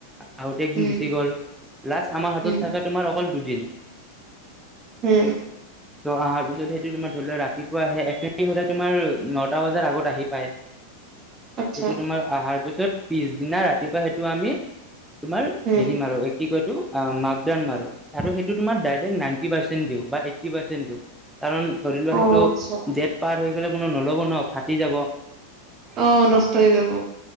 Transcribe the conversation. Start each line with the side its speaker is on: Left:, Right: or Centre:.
Centre: আহোতে একদিন
Right: উম
Centre: গুচি গ'ল লাষ্ট আমাৰ হাতত
Right: উম
Centre: থাকে তোমাৰ অকল দুদিন
Right: উম
Centre: ত' অহাৰ পিছত সেইটো তোমাৰ ধৰি লোৱা ৰাতিপুৱা আহে এফ হলে তোমাৰ ন <unintelligible> তাৰ বজাৰ আগত আহি পায়
Right: আচ্ছা
Centre: সেইটো তোমাৰ অহাৰ পিছত পিছদিনা ৰাতিপুৱা সেইটো আমি তোমাৰ
Right: উম
Centre: হেৰি মাৰো কি কয়তো মাকডান মাৰো আৰু সেইটো তোমাৰ দেন নাইনটি পাৰ্চেন দিও বা এইটি পাৰ্ছেন দিউ, কাৰণ ধৰি লোৱা
Right: অ
Centre: সেইটো
Right: আচ্ছা
Centre: দেত পাৰ হৈ গলে কোনো নল'ব ন ফাটি যাব
Right: অঁ নষ্ট হৈ যাব